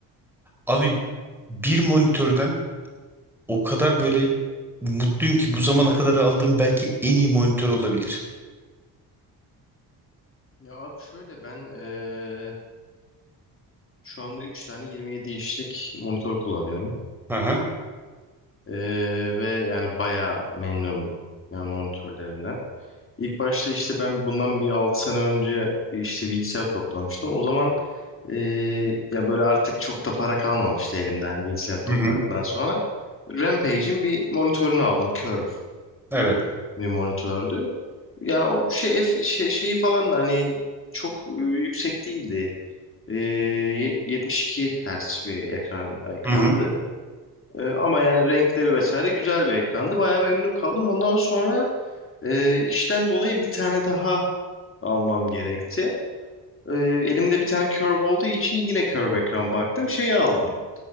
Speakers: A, in the centre; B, on the left (about 30°).
A: Abi bir monitörden o kadar böyle mutluyum ki bu zamana kadar aldığım belki en iyi monitör olabilir.
B: Ya abi şöyle ben eee, şu anda 3 tane 27 inçlik monitör kullanıyorum.
A: Aha.
B: Eee, ve yani bayağı memnunum yani monitörlerimden. İlk başta işte ben bundan bir 6 sene önce bir işte bilgisayar toplamıştım. O zaman eee, ya böyle artık çok da para kalmamıştı elimde hani bilgisayar topladıktan
A: Hı hı.
B: sonra. Rampage'in bir monitörünü aldım. Curve
A: Evet.
B: bir monitördü. Ya o şey, şey şeyi falan hani çok e, yüksek değildi. Ee, ye- 72 Hz bir ekran ekrandı.
A: Hı hı.
B: Ee, ama yani renkleri vesaire güzel bir ekrandı. Bayağı memnun kaldım. Ondan sonra e, işten dolayı bir tane daha almam gerekti. Ee, elimde bir tane curve olduğu için yine curve ekran baktım. Şeyi aldım.